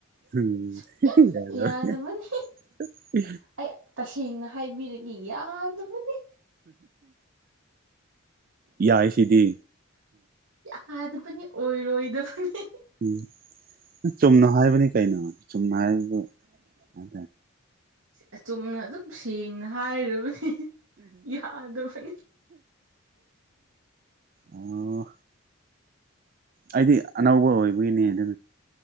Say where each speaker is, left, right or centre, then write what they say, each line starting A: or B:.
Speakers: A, on the right; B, on the right.
A: ꯎꯝ
B: ꯁꯨꯡꯌꯥ
A: ꯌꯥꯗ
B: ꯌꯥꯗꯕꯅꯤ
A: <inaudible>
B: ꯑꯩ ꯇꯁꯦꯡꯅ ꯍꯥꯏꯕꯤꯔꯛꯏꯦ ꯌꯥꯗꯕꯗꯤ
A: ꯌꯥꯏꯁꯤꯗꯤ
B: ꯌꯥꯗꯕꯅꯤ ꯑꯣꯏꯔꯣꯏꯗꯕꯅꯤ
A: ꯎꯝ ꯆꯨꯝꯅ ꯍꯥꯏꯕꯅꯤ ꯀꯩꯅꯣ ꯆꯨꯝꯅ ꯍꯥꯏꯕꯗꯨ ꯍꯥꯏ
B: ꯑ ꯑꯆꯨꯝꯅ ꯑꯗꯨꯝ ꯁꯦꯡꯅ ꯍꯥꯏꯔꯕꯅꯤ ꯌꯥꯗꯕꯅꯤ
A: ꯑꯣ ꯑꯩꯗꯤ ꯑꯅꯧꯕ ꯑꯣꯏꯕꯒꯤꯅꯦ ꯑꯗꯨ